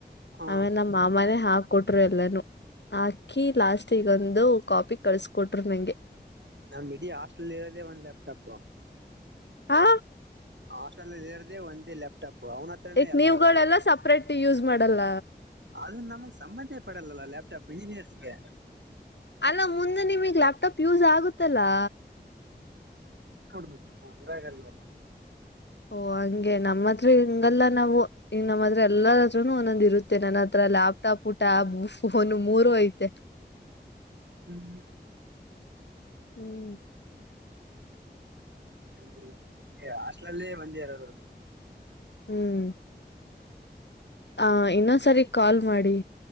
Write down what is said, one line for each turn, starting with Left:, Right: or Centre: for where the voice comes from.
Right: ಹ
Left: ಅವೇ ನಮ್ಮ
Right: ಹ್ಮ್
Left: ಮಾಮನೇ ಹಾಕ್ ಕೊಟ್ರು ಎಲ್ಲಾನೂ ಹಾಕಿ ಲಾಸ್ಟಿಗೊಂದು ಕಾಪಿ ಕಳ್ಸಕೊಟ್ರು ನಂಗೆ.
Right: ನಮ್ಮ ಇಡೀ ಹಾಸ್ಟೆಲ್ ಇರದೇ ಒಂದ ಲ್ಯಾಪ್ಟಟಾಪ್.
Left: ಆ
Right: ಹಾಸ್ಟೆಲ್ಲ ಇರದೆ ಒಂದೇ ಲ್ಯಾಪ್ಟಾಪ್ ಅವ್ನ. ಹತ್ರನೇ
Left: ಎಕ್
Right: ಎಲ್ಲರೂ
Left: ನೀವುಗಳೆಲ್ಲಾ ಸಪ್ರೇಟ್ ಯೂಸ್ ಮಾಡಲ್ಲ
Right: ಅದ್ ನಮಗ್ ಸಂಬಂಧೆ ಪಡಲ್ಲ ಲ್ಯಾಪ್ಟಾಪ್ ಇಂಜಿನಿಯರ್ಸ್ಗೆ
Left: ಅಲ್ಲ ಮುಂದೆ ನಿಮಗ್ ಲ್ಯಾಪ್ಟಾಪ್ ಯೂಸ್ ಆಗುತ್ತಲ್ಲಾ
Right: ಕೊಡ್ಬೇಕ ಹೀ ರಾಯಗರ ವ <inaudible>
Left: ಓ ಹಂಗೆ ನಮ್ಮತ್ರ ಹಿಂಗಲ್ಲಾ ನಾವು ನಮ್ಮ ಹತ್ರ ಎಲ್ಲತ್ರನು ಒಂದೊಂದ್ ಇರುತ್ತ ನನ್ನ ಅತ್ರ ಲ್ಯಾಪ್ಟಾಪ್ ಟ್ಯಾಬ್ ಫೋನು ಮೂರು ಐತೆ
Right: ಹ್ಮ್
Left: ಹ್ಮ್
Right: ಅಲ್ಲಿಲ್ಲ ಅಸ್ಲಲ್ಲೇ ಒಂದೇ ಇರೋದು ಅದು
Left: ಹ್ಮ್ ಆ ಇನ್ನೊಂದ್ಸರಿ ಕಾಲ್ ಮಾಡಿ